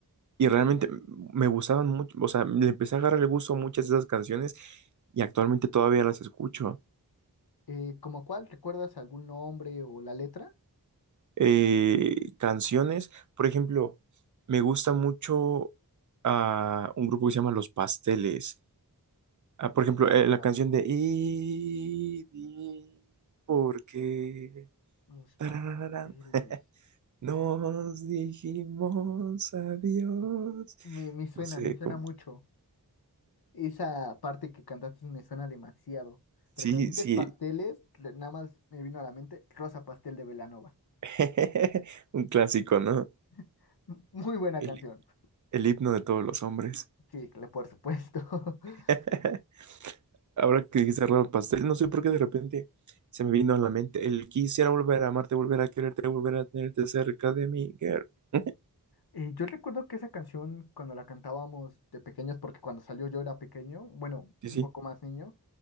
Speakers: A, on the right (about 50°); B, on the left (about 70°).
A: Y realmente me gustaban mucho, o sea, le empecé a agarrar el gusto a muchas de esas canciones y actualmente todavía las escucho.
B: Eh, ¿como cuál? ¿Recuerdas algún nombre o la letra?
A: Eh, canciones, por ejemplo, me gusta mucho ah, un grupo que se llama Los Pasteles. Ah, por ejemplo,
B: Los
A: eh, la
B: pas-
A: canción de Y di ¿por qué?
B: los
A: Tarararán,
B: pasteles.
A: <laughs> Nos dijimos adiós.
B: Me, me suena,
A: No sé,
B: me suena
A: como,
B: mucho. Esa parte que cantaste me suena demasiado.
A: sí,
B: Pero cuando dijiste
A: sí,
B: pasteles, le- nada más me vino a la mente Rosa Pastel de Belanova.
A: <laughs> un clásico, ¿no?
B: <laughs> M- Muy buena
A: El
B: canción.
A: El himno de todos los hombres.
B: Sí, cl- por supuesto. <laughs>
A: <laughs> Ahora que dijiste Rama Pastel, no sé por qué de repente se me vino a la mente el quisiera volver a amarte, volver a quererte, volver a tenerte cerca de mí, girl. <laughs>
B: Eh, yo recuerdo que esa canción, cuando la cantábamos de pequeños, porque cuando salió yo era pequeño, bueno,
A: Sí, sí,
B: un poco más niño,